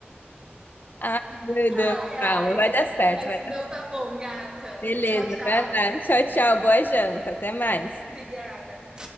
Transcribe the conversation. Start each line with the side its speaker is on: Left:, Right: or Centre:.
Left: Ah, meu Deus,
Right: Ai, ai.
Left: calma, vai dar certo,
Right: Mas
Left: vai
Right: então
Left: dar...
Right: tá bom, gata.
Left: Beleza,
Right: Tchau, tchau.
Left: vai lá. Tchau, tchau, boa janta, até mais.
Right: Obrigada.